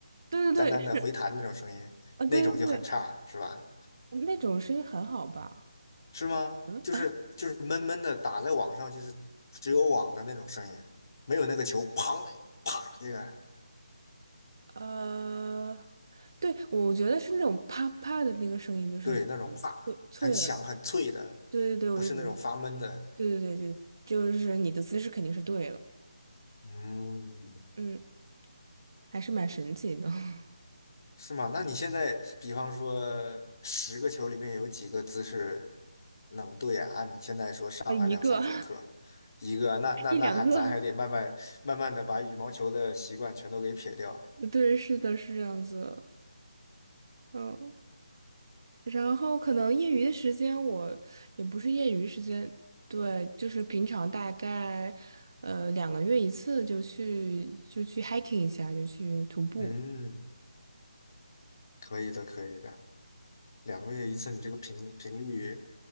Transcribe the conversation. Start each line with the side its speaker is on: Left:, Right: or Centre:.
Right: 对对对，
Left: 单单的回弹那种声音，
Right: 是啊，
Left: 那种就很差，
Right: 对对对，
Left: 是吧？
Right: 那种声音很好吧？
Left: 是吗？
Right: 嗯
Left: 就是就是闷闷的打在网上，
Right: <laughs>，
Left: 就是只有网的那种声音，没有那个球砰那个
Right: 呃，对，我觉得是那种啪啪的那个声音，就是嗯脆脆耳，
Left: 对那种啪，很响很脆的，
Right: 对对对，我就觉得，
Left: 不是那种发闷的。
Right: 对对对，就就是你的姿势肯定是对了，
Left: 嗯，
Right: 嗯，还是蛮神奇的。<laughs>
Left: 是吗？那你现在，比方说十个球里面有几个姿势能对啊？按你现在说上
Right: 啊，一个
Left: 课一个，
Right: <laughs>
Left: 那那那还咱还得慢慢慢慢的把羽毛球的习惯全都给撇掉。
Right: 一两个，对，是的，是这样子。嗯，然后可能业余的时间我也不是业余时间，对，就是平常大概呃两个月一次就去就去 hiking 一下，就去徒步。
Left: 嗯，可以的，可以的。两个月一次，你这个频频率